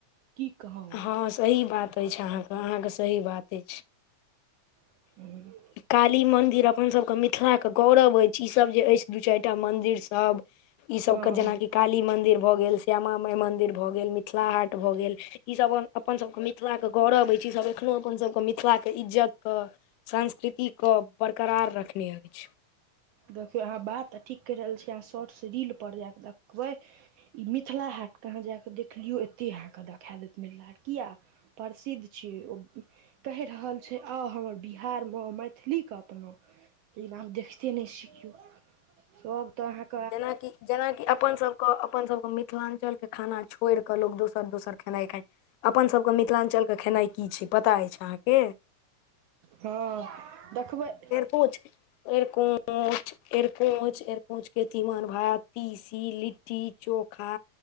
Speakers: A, on the right (about 75°); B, on the left (about 85°).
A: की कहौं
B: हँ सही बात अछि अहाँक अहाँक सही बात अछि
A: <unintelligible>
B: काली मन्दिर अपनासभके मिथिलाके गौरव अछि ईसभ जे अछि दू चारि टा मन्दिरसभ ई सबके
A: हँ
B: जेनाकि काली मंदिर भऽ गेल श्यामा माई मंदिर भऽ गेल मिथिला मिथिला हाट भऽ गेल ई सब अपन सबके मिथिला के गौरव अछि इ सब एखनो अपन सबक मिथिलाके इज्जत कह सांस्कृतिके बरकरार रखने अछि
A: देखियौ अहाँ बात तऽ ठीक कैह रहल छीयै अहाँ शॉर्ट्स रीलपर जा कऽ देखबै ई मिथिला हाटके अहाँ जा कऽ देखलियौ एते अहाँके देखा देत मिथिला हाट किया प्रसिद्ध छियै ओ कहि रहल छै आऊ हमर बिहारमे मैथिलीे के अपनाओ लेकिन देखतीए <unintelligible> कियो सब तऽ आहाँ
B: जेनाकि जेनाकि अपन सबके अपन सबके मिथिलांचल के खाना छोड़ि कऽ लोक दोसर दोसर खेनाय खाय अपनसभके मिथिलांचलके खेनाइ की छै पता अछि अहाँके
A: हँ देखबै
B: एरिकोंच एरिकोंच एरकोंच एरकोंच के तिमन भात तीसी लिट्टी चोखा